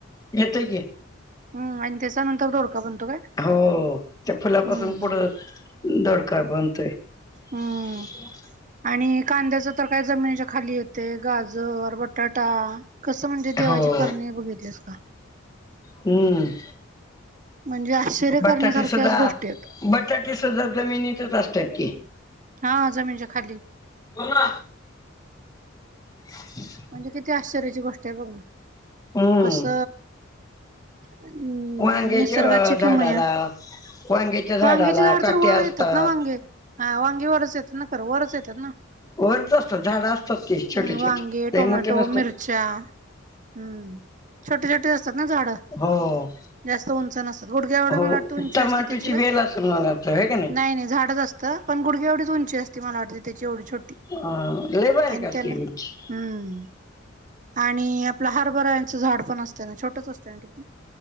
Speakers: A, on the left; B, on the right.
A: येत की.
B: हम्म आणि त्याचा नंतर दोडका बनतो काय?
A: हो ते फुलापासून
B: हम्म
A: पुढं दोडका बनतोय. <inaudible>
B: हम्म. आणि कांद्याच तर काय जमिनीच्या खाली येते गाजर बटाटा कसं म्हणजे देवाची
A: हो
B: करणी बघितलीस का.
A: <inaudible> हम्म.
B: म्हणजे आश्चर्य
A: बटाटे
B: करण्यासारख्याच
A: सुद्धा
B: गोष्टी येत.
A: बटाटे सुद्धा जमिनीतच असतात की.
B: हा जमीनीच्या खाली.
A: हो ना. <inaudible>
B: म्हणजे किती आश्चर्याची गोष्ट आहे बघ ना
A: हम्म
B: कस हम्म
A: वांग्याच्या
B: निसर्गाची
A: झाडाला
B: कमया
A: वांग्याच्या झाडाला
B: वांगीचे झाड
A: काटे
B: तर वर
A: असतात
B: येतात ना वांगे हा वांगे वरच येतात ना खरं वरच येतात ना
A: वरत असतात झाडं असतात ते छोटे
B: हम्म
A: छोटे
B: वांगे,
A: लय
B: टोमॅटो
A: मोठे नसतात
B: मिरच्या हम्म छोटे छोटी असतात ना झाड
A: हो
B: जास्त उंच नसत गडग्या ढ्या
A: हो
B: मला वाटत उंची
A: टमाटोची
B: असते त्याची काय
A: वेल असेल मला वाटतं हे का
B: नाही नाही झाडच असते तर पण गुडी एवढी उंची असती मला वाटते त्याची एवढी छोटी
A: ह लेबर
B: आणि
A: कास
B: त्याला
A: करची
B: हम्म आणि आपलं हरभरायचं झाड पण असतं ना छोटच असतं ना ते पण